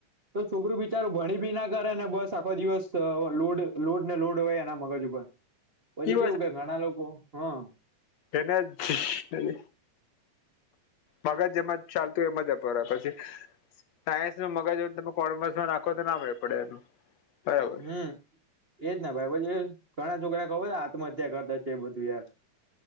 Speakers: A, on the right (about 35°); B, on the left (about 70°).
A: તો છોકરું બી બિચારું ભણી ભી ના કરે ને બસ આખો દિવસ લોડ લોડ ને લોડ હોય એના મગજ ઉપર પછી
B: ઈ
A: કેવું કે ઘણા લોકો હા
B: એને મગજ જેમાં ચાલતું એમ જતો રે પછી સાયન્સનું મગજ હોય તમે કોર્મર્સમાં નાખો તો ના મેળ પડે એનું બરાબર
A: હમ એજ ને ભાઈ પછી ઘણા છોકરાને ખબર છે આત્મહત્યા કરતા છે એ બધું યાર